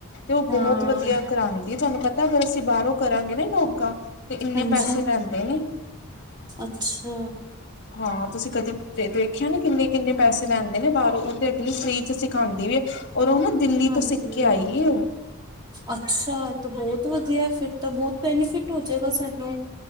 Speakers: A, on the left (about 50°); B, on the right (about 20°).
A: ਤੇ ਉਹ
B: ਹਾਂ
A: ਬਹੁਤ ਵਧੀਆ ਕਰਾਉਂਦੀ ਤੁਹਾਨੂੰ ਪਤਾ ਤਾਂ ਅਗਰ ਅਸੀਂ ਬਾਹਰੋਂ ਕਰਾਂਗੇ ਨਾ ਯੋਗਾ, ਤੇ ਇੰਨੇ
B: ਹਾਂਜੀ
A: ਪੈਸੇ ਲੈਂਦੇ ਨੇ
B: ਅੱਛਾ
A: ਹਾਂ ਤੁਸੀਂ ਕਦੇ ਵੇਖਿਆ ਨੀ, ਕਿੰਨੇ ਕਿਨੇ ਪੈਸੇ ਲੈਣ ਦੇ ਨੇ ਬਾਹਰੋਂ, ਉਹ ਤੇ ਅਗਲੀ ਫ੍ਰੀ ਚ ਸਿਖਾਂਦੀ ਵੀ ਹੈ, ਔਰ ਉਹ ਨਾ ਦਿੱਲੀ
B: ਹਾਂਜੀ
A: ਤੋਂ ਸਿੱਖ ਕੇ ਆਈ ਉਹ
B: ਅੱਛਾ ਏ ਤੇ ਬਹੁਤ ਵਧੀਆ, ਫਿਰ ਤਾਂ ਬਹੁਤ ਬੈਨੀਫਿਟ ਹੋ ਜਾਏਗਾ ਸਾਨੂੰ